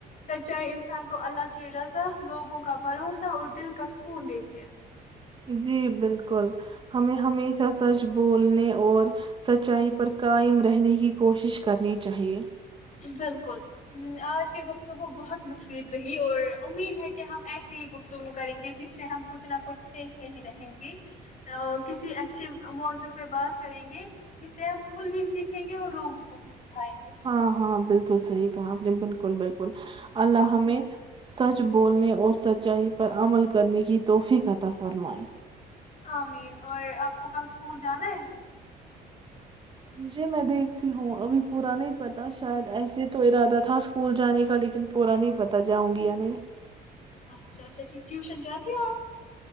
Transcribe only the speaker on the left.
سچائی انسان کو اللہ کی رضا لوگوں کا بھروسہ اور دل کا سکون دیتی ہے
بالکل آج کی گفتگو بہت مفید رہی اور امید ہے کہ ہم ایسی ہی گفتگو کریں گے جس سے ہم کچھ نہ کچھ سیکھ کے ہی رہیں گے کسی اچھے موضوع پہ بات کریں گے جس سے ہم خود بھی سیکھیں گے اور لوگوں کو بھی س کھائیں گے
جی
امین اور آپ کو کل اسکول جانا ہے
اچھا اچھا ٹھیک ٹیوشن جاتی ہو آپ